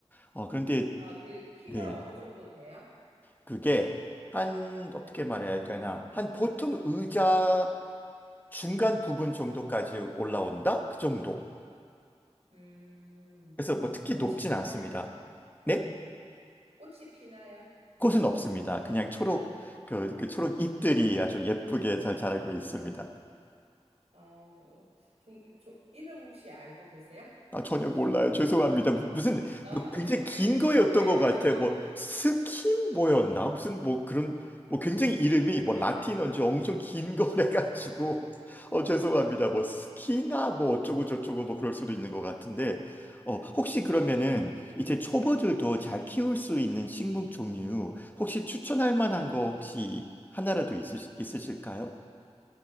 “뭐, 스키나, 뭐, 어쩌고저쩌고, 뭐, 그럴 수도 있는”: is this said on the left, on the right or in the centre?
Left